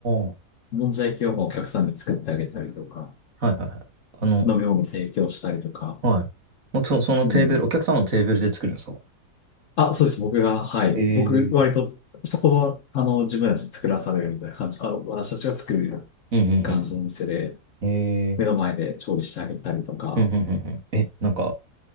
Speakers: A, on the right (about 55°); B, on the left (about 65°).
A: は
B: もんじゃ焼きをお客さんに作ってあげたりとか、
A: いはいはい。あの、
B: 飲み物提供したりとか、
A: はい。もうそ、そのテーブル、
B: うん。
A: お客さんのテーブルで作るんですか
B: あ、そうです。僕が、はい。
A: へえ。
B: 僕、割と、そこは、あの、自分たちで作らされるみたいな感じ。あの、私たちが作るような
A: うんうんうん
B: 感じのお店で、
A: うん。へえ。
B: 目の前で調理してあげたりとか。
A: うんうんうんうん。え、なんか、